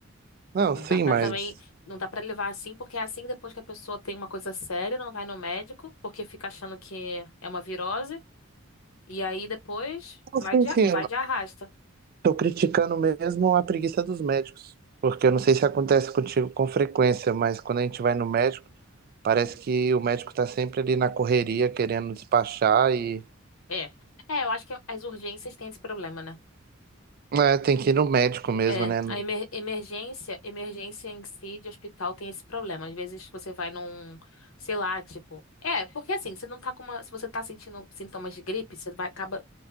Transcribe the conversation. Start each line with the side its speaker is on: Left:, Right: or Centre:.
Right: Não,
Left: Não
Right: sim,
Left: dá pra
Right: mas.
Left: também, não dá pra levar assim, porque é assim que depois que a pessoa tem uma coisa séria, não vai no médico, porque fica achando que é uma virose, e aí depois
Right: Não,
Left: vai
Right: Sim,
Left: de,
Right: sim,
Left: a- vai de arrasta.
Right: Tô criticando mesmo a preguiça dos médicos, porque eu não sei se acontece contigo com frequência, mas quando a gente vai no médico, parece que o médico tá sempre ali na correria, querendo despachar e
Left: É. É, eu acho que as urgências têm esse problema, né?
Right: é, tem que ir no médico mesmo,
Left: É,
Right: né? No-
Left: a emer- emergência, emergência em si de hospital tem esse problema. Às vezes você vai num, sei lá, tipo, é, porque assim, você não tá com uma, se você tá sentindo sintomas de gripe, você vai acaba,